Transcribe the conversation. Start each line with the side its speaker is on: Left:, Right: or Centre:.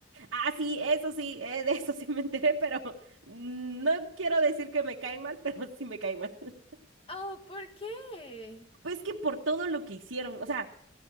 Right: Ah, sí, eso sí, eh, de eso sí me enteré, pero no quiero decir que me caen mal, <laughs> pero sí me caen mal. <laughs>
Left: Oh, ¿por qué?
Right: Pues que por todo lo que hicieron, o sea,